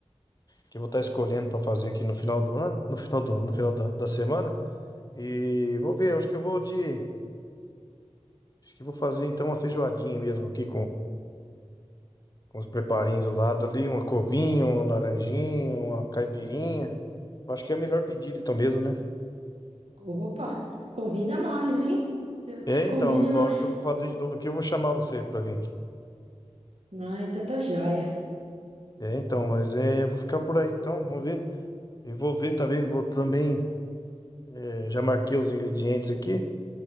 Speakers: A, on the left; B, on the right.
A: que eu vou estar escolhendo pra fazer aqui no final do ano, no final do ano, no final da, da semana. E vou ver, eu acho que eu vou de, acho que eu vou fazer então uma feijoadinha mesmo aqui com os preparinhos do lado ali, uma covinha, uma laranjinha, uma caipirinha. Eu acho que é o melhor pedido então mesmo, né?
B: opa, convida nós, hein?
A: É,
B: Convida
A: então, agora
B: nós.
A: que eu for fazer de novo aqui, eu vou chamar você pra vir aqui.
B: Ai, tanta joia.
A: É, então, mas é, eu vou ficar por aí então, vamos ver. Eu vou ver também, vou também, é, já marquei os ingredientes aqui.